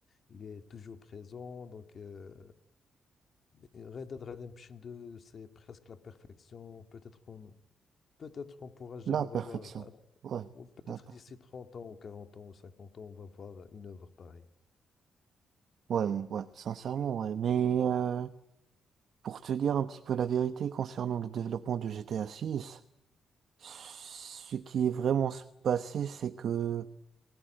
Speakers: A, on the left; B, on the right.
A: il est toujours présent. Donc, euh, Red Dead Redemption 2, c'est presque la perfection. Peut-être on Peut-être qu'on pourra jamais
B: La
A: revoir,
B: perfection.
A: un-
B: Ouais.
A: ou peut-être
B: La per-
A: d'ici 30 ans ou 40 ans ou 50 ans, on va voir une œuvre pareille.
B: Ouais, ouais, sincèrement, ouais. Mais euh, pour te dire un petit peu la vérité concernant le développement de GTA 6, ce qui est vraiment se passé, c'est que